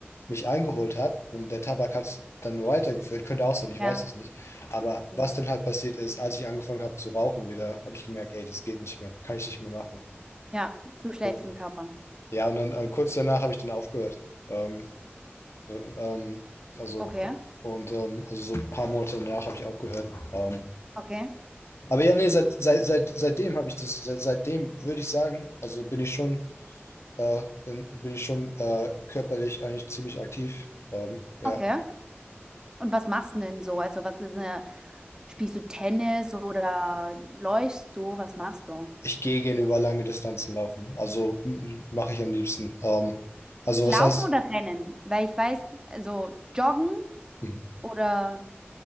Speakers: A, on the left (about 85°); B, on the right (about 15°).
A: mich eingeholt hat und der Tabak hat es dann nur weitergeführt. Könnte auch sein, ich
B: ja,
A: weiß es nicht. Aber
B: vielleicht.
A: was dann halt passiert ist, als ich angefangen habe zu rauchen wieder, habe ich gemerkt, ey, das geht nicht mehr, kann ich nicht mehr machen.
B: ja, zu schlecht
A: Und
B: für den Körper.
A: ja, und dann äh, kurz danach habe ich dann aufgehört. Ähm, äh, Ähm, also,
B: Okay,
A: und ähm, also so ein paar Monate danach habe ich aufgehört. Ähm,
B: okay,
A: aber ja, nee, seit, seit, seit, seitdem habe ich das, seit, seitdem würde ich sagen, also bin ich schon, äh, in, bin ich schon äh, körperlich eigentlich ziemlich aktiv. Ähm, ja.
B: okay. Und was machst du denn so? Also was ist eine, spielst du Tennis oder läufst du? Was machst du?
A: Ich gehe gerne über lange Distanzen laufen. Also m- mache ich am liebsten. Ähm, also
B: Laufen
A: was heißt,
B: oder rennen? Weil ich weiß, also joggen
A: hm,
B: oder